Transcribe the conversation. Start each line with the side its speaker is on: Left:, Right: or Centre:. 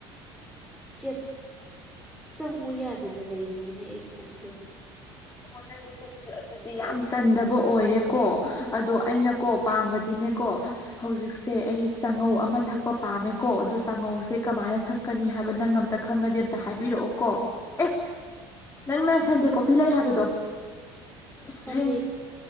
Centre: ꯆꯦꯞ ꯆꯪꯉꯣ ꯌꯥꯗꯅ ꯂꯩꯔꯤꯅꯦ ꯑꯩ ꯄꯨꯛꯁꯦ
Left: ꯑꯦ ꯅꯪꯒꯤ ꯑꯗꯨꯗꯤ ꯌꯥꯝ ꯆꯟꯗꯕ ꯑꯣꯏꯔꯦꯀꯣ ꯑꯗꯣ ꯑꯩꯅꯀꯣ ꯄꯥꯝꯕꯗꯤꯅꯦꯀꯣ ꯍꯧꯖꯤꯛꯁꯦ ꯑꯩ ꯆꯉꯧ ꯑꯃ ꯊꯛꯄ ꯄꯥꯝꯃꯦꯀꯣ ꯑꯗꯨ ꯆꯉꯧꯁꯦ ꯀꯃꯥꯏꯅ ꯊꯛ ꯀꯅꯤ ꯍꯥꯏꯕ ꯅꯪ ꯑꯝꯇ ꯈꯪꯉꯗꯤ ꯑꯝꯇ ꯍꯥꯏꯕꯤꯔꯛꯑꯣ ꯀꯣ ꯑꯦ ꯅꯪꯅ ꯁꯟꯗꯦꯀꯣ ꯄꯤ ꯂꯩ ꯍꯥꯏꯕꯗꯣ
Centre: ꯁꯟꯗꯦ
Left: ꯗ꯭ꯔꯤꯡ